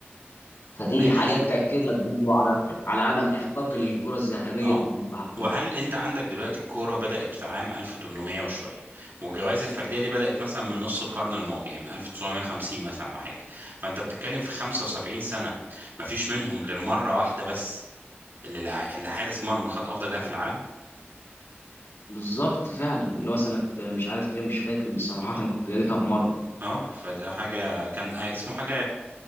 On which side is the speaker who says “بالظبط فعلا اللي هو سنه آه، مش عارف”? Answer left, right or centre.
Left